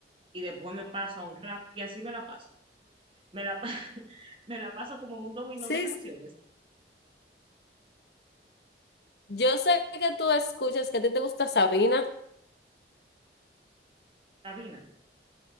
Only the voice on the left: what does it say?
Sí,
sí. Yo sé que tú escuchas que a ti te gusta Sabina.